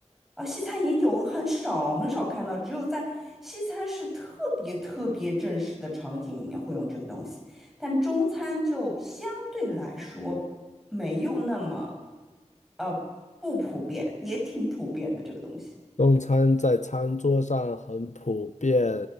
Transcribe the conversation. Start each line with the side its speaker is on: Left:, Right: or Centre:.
Centre: 啊，西餐也有，很少很少看到，只有在西餐是特别特别正式的场景里面会用这个东西，但中餐就相对来说没有那么，呃，不普遍，也挺普遍的这个东西，
Left: 用餐在餐桌上很普遍，